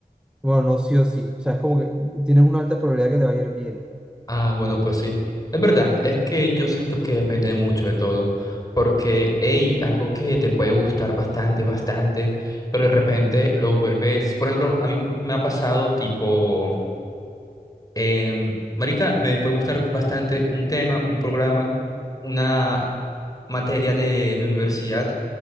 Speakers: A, in the centre; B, on the left (about 20°).
A: Bueno, no sí o sí, o sea, es como que tienes una alta probabilidad que te va a ir bien
B: Ah, bueno, pues sí. Es verdad, es que yo siento que depende mucho de todo, porque, hey, algo que te puede gustar bastante, bastante, pero de repente lo vuelves, por ejemplo, a mí me ha pasado tipo, em, marica, me puede gustar bastante un tema, un programa, una materia de mi universidad